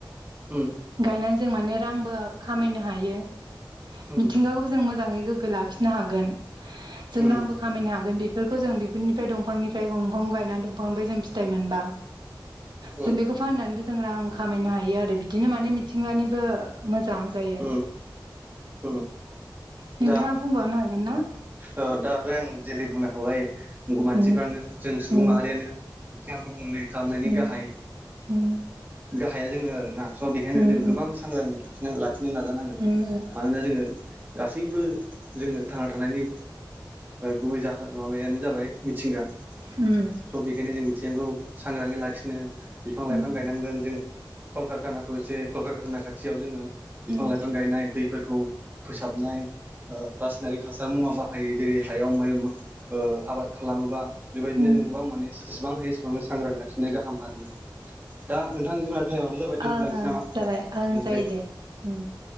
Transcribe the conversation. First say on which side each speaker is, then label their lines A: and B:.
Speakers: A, on the right (about 25°); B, on the right (about 70°).
A: उम
B: गायनानै जों माने रांबो खामायनो हायो
A: उम
B: मिथिंगाखौबो जों मोजाङै गोग्गो लाखिनो हागोन जों
A: उम
B: रांबो खामायनो हागोन बेफोरखौ जों बेफोरनिफ्राय दंफांनिफ्राय दफां गायनानै दंफांनिबाय जों फिथाइ मोनबा
A: <unintelligible>
B: जों बेखौ फाननानैबो जों रां खामायनो हायो आरो बिदिनो माने मिथिंगानिबो मोजां जायो
A: उम उम
B: नोंथाङा
A: दा
B: बुंबावनो हागोन ना
A: ओ आं जेरै बुंलांखाबाय मानसिफ्रानो
B: उम
A: जों सुबुं
B: उम
A: माहारियानो जाहा गुबुंले खालामनायनि
B: उम
A: गाहाय
B: उम उम
A: गाहाया जोङो आरोना स' बेखायनो
B: उम
A: जों गोबां सांग्राङैखि लाखिनो नाजानांगोन
B: उम
A: मानोना जोङो गासैबो जोङो थांना थानायनि गुबै जाहो माबायानो जाबाय मिथिंगा
B: हम
A: स' बेखायनो जों मिथिनांगौ सांग्राङै लाखिनो बिफां लाइफां
B: उम
A: गायनांगोन जों कलकारखानाखौ एसे कलकारखाना खाथियाव जोङो बिफां
B: उम
A: लाइफां गायनाय दैफोरखौ हाबनाय रासायनारिक हासार मुवा बा हायो जेरै हायाव <unintelligible> आबाद खालामोबा बेबायदिनो
B: ओं
A: जों गोबां माने एसेबां हायो एसेबां सांग्रां लाखिनाया गाहाम आरो ना दा नोंथां जेना टाइमावबो जाबाय दोन्थ'लायसै
B: ओं
A: नामा
B: जाबाय ओं जायो
A: दे
B: <unintelligible>